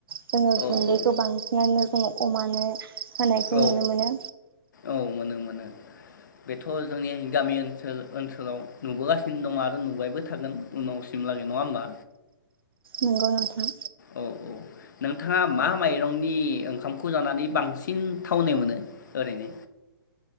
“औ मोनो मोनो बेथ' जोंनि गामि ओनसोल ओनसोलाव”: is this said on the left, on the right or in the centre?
Left